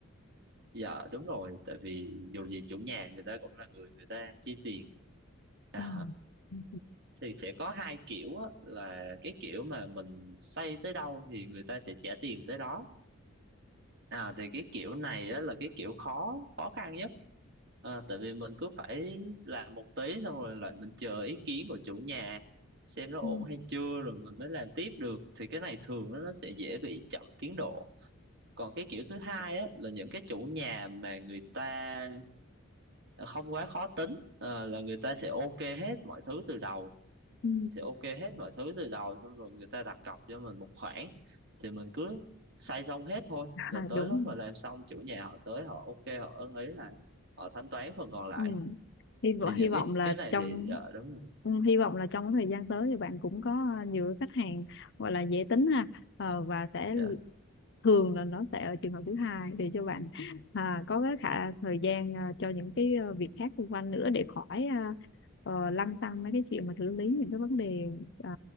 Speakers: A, on the right; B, on the left.
A: dạ đúng rồi tại vì dù gì chủ nhà người ta cũng là người người ta chi tiền <laughs>
B: ừ. Ừ.
A: thì sẽ có hai kiểu á, là cái kiểu mà mình xây tới đâu thì người ta sẽ trả tiền tới đó à, thì cái kiểu này á, là cái kiểu khó khó khăn nhất à, tại vì mình cứ phải làm một tí xong rồi lại mình chờ ý kiến của chủ nhà xem nó
B: Ừ.
A: ổn hay chưa rồi mình mới làm tiếp được thì cái này thường nó nó sẽ dễ bị chậm tiến độ còn cái kiểu thứ hai á, là những cái chủ nhà mà người ta không quá khó tính à, là người ta sẽ ok hết mọi thứ từ đầu
B: Ừ.
A: thì ok hết mọi thứ từ đầu xong rồi người ta đặt cọc cho mình một khoản thì mình cứ xây xong hết thôi là
B: À,
A: tới
B: đúng
A: lúc
B: rồi
A: mà làm xong chủ nhà họ tới họ ok họ ưng ý là họ thanh toán phần còn lại
B: ừ. hy
A: thì
B: vọng hy
A: những
B: vọng
A: cái
B: là
A: cái này
B: trong
A: thì dạ đúng rồi
B: ừ, hy vọng là trong cái thời gian tới thì bạn cũng có ờ, nhiều cái khách hàng gọi là dễ tính ha Ờ, và sẽ
A: dạ
B: l- thường là nó sẽ ở trường hợp thứ hai để cho bạn à, có cái khả thời gian à, cho những cái ờ, việc khác xung quanh nữa để khỏi à, ờ, lăn tăn mấy cái chuyện mà xử lý những cái vấn đề à,